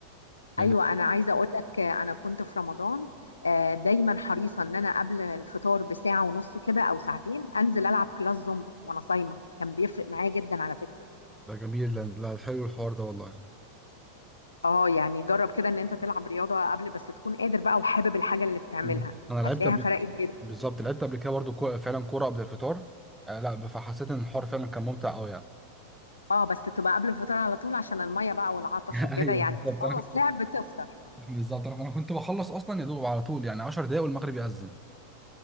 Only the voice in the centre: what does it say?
يعني
ده جميل لا لا، حلو الحوار ده والله
مم. انا لعبت
قبل
بالظبط لعبت قبل كده برضه كو- فعلا كوره قبل الفطار آه لا فحسيت ان الحوار فعلا كان ممتع قوي يعني
<laughs>
ايوه
بالظبط
انا كنت
بالظبط انا كنت بخلص اصلا يا دوب على طول يعني 10 دقايق والمغرب يأذن